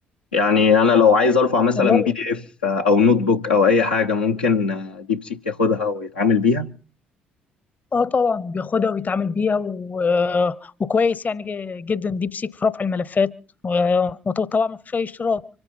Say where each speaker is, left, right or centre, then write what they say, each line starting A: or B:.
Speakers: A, on the left; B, on the left.
A: يعني انا لو عايز ارفع مثلا
B: والله
A: بي دي اف او نوت بوك او اي حاجه ممكن ديب سيك ياخدها ويتعامل بيها
B: اه طبعا بياخدها ويتعامل بيها و... آه، وكويس يعني ج- جدا ديب سيك في رفع الملفات و- وطبعا ما فيش اي اشتراك